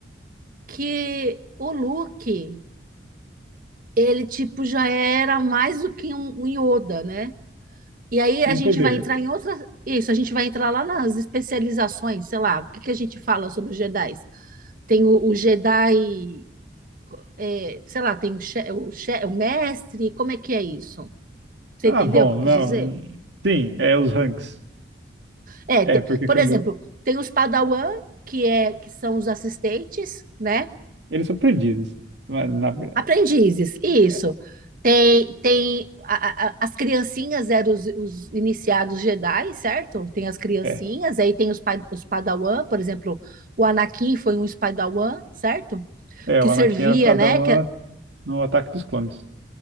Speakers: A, on the right (about 50°); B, on the right (about 80°).
A: que o Luke, ele tipo já era mais do que um, um Yoda, né? E aí a
B: Em
A: gente
B: poder.
A: vai entrar em outra, isso, a gente vai entrar lá nas especializações, sei lá, o que que a gente fala sobre os Jedi? Tem o, o Jedi é, sei lá, tem o, che- o, che- o mestre, como é que é isso? Você
B: Ah,
A: entendeu
B: bom,
A: o que eu
B: não.
A: quis dizer?
B: Sim, é os ranks.
A: É,
B: É,
A: te-
B: porque
A: por
B: quando.
A: exemplo, tem os Padawan, que é que são os assistentes, né?
B: Eles são aprendizes, na, na verdade.
A: Aprendizes, isso.
B: É,
A: Tem, tem a- a- a- as criancinhas eram os, os iniciados Jedi, certo? Tem as criancinhas,
B: é.
A: aí tem os, pa- os Padawan, por exemplo, o Anakin foi um Padawan, certo?
B: É,
A: Que
B: o
A: servia,
B: Anakin era padawan,
A: né? que- é,
B: no Ataque dos Clones.